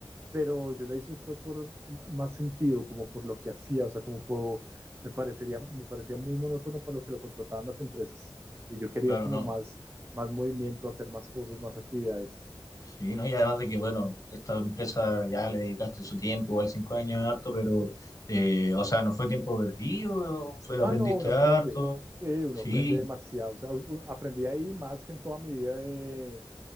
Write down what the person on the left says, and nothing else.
Claro,
no.
Sí, ¿no? Y además de que, bueno, esta empresa ya le dedicaste su tiempo, igual cinco años es harto, pero, eh, o sea, no fue tiempo perdido, fue,
aprendiste
harto,
sí.